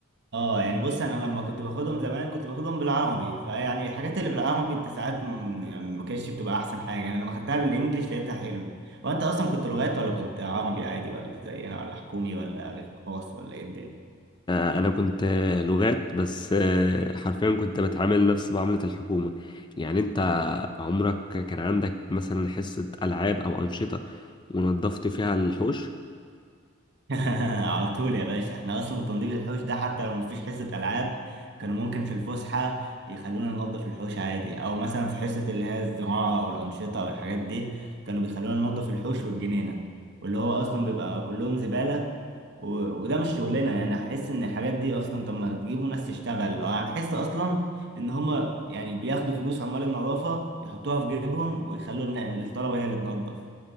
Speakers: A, on the right; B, on the left.
A: اه يعني بص انا لما كنت باخدهم زمان كنت باخدهم بالعربي فيعني الحاجات اللي بالعربي انت ساعات م- يعني ما كانتش بتبقى احسن حاجه يعني لما خدتها بالانجليش لقيتها حلو هو انت اصلا كنت لغات ولا كنت عربي عادي ولا زي انا ولا حكومي ولا خاص ولا ايه الدنيا
B: آه، انا كنت آه، لغات بس آه، حرفيا كنت بتعامل نفس معامله الحكومه يعني انت عمرك كان عندك مثلا حصه العاب او انشطه ونظفت فيها الحوش
A: <laughs> على طول يا باشا احنا اصلا تنظيف الحوش ده حتى لو مفيش حصة العاب كانوا ممكن في الفسحة يخلونا ننظف الحوش عادي او مثلا في حصة اللي هي الزراعة او الانشطة او الحاجات دي كانوا بيخلونا ننظف الحوش والجنينة واللي هو اصلا بيبقى كلهم زبالة و... وده مش شغلنا يعني احس ان الحاجات دي اصلا طب ما تجيبوا ناس تشتغل وهتحس اصلا ان هما يعني بياخدوا فلوس عمال النظافة يحطوها في جيبهم ويخلوا إن الطلبة هي اللي تنظف